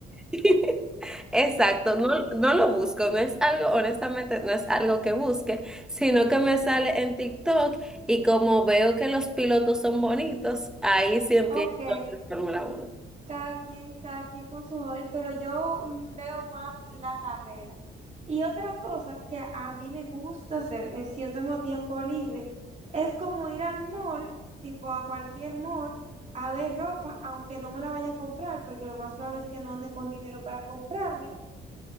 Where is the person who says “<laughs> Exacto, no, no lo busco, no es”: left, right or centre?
Centre